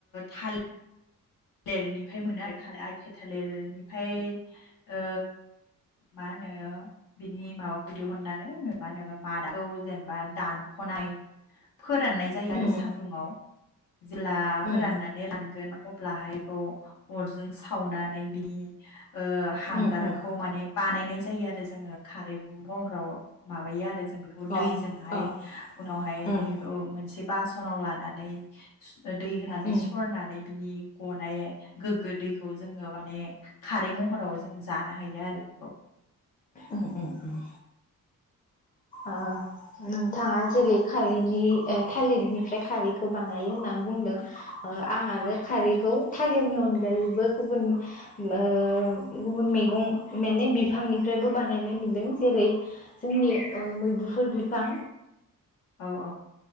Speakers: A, on the left; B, on the left.
A: थाल लिरनिफ्राय मोनो आरो थालि आथिया थालिरनिफ्राय ओ मा होनो बिनि माबाखौ दिहुननानै मा होनो मादाखौ जेनेबा दानख'ना नाय फोराननाय जायो आरो
B: उम
A: सान्दुंङाव जेब्ला फोराननानै
B: उम
A: रानगोन अ ल्बाहाय खौ अरजों सावनानै बिनि ओ हांगारखौ
B: उम उम
A: माने बानायनाय जायो आरो जोङो खारै महराव माबायो आरो। बेखौ दैजोंहाइ
B: अ अ
A: उनाउहाइ
B: उम उम
A: औ मोनसे बासनआउ लाना नानै दै होनानै
B: उम
A: सरनानै बिनि गनाय गोग्गो दैखौ जोङो माने खारै महराव जों जानो हायो आरो बेखौ।
B: उम उम उम।
A: <inaudible>
B: ओ नोंथाङा जेरै खारैनि ओ थालिरनिफ्राय खारैखौ बानायो होनना बुं बुंदों आं आरो
A: औ
B: खारैखौ थालिरनि अनगायैबो गुबुन ओ गुबुन मैगं माने बिफांनि फ्रायबो बानायनाय नुदों जेरै जोंनि ओ मैदुफुल बिफां
A: औ औ